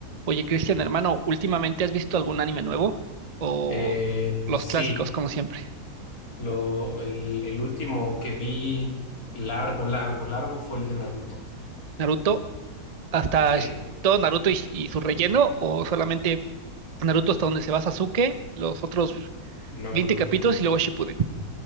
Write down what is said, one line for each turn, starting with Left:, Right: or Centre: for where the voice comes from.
Right: Oye, Cristian, hermano, ¿últimamente has visto algún anime nuevo? ¿O
Left: Eh,
Right: los
Left: sí,
Right: clásicos, como siempre?
Left: lo, el, el último que vi largo, largo, largo fue el de Naruto.
Right: ¿Naruto? ¿Hasta
Left: Sí,
Right: Sh- todo Naruto y, y su relleno? ¿O solamente Naruto hasta donde se va Sasuke, los otros
Left: no,
Right: 20
Left: no,
Right: capítulos
Left: no.
Right: y luego Shippuden?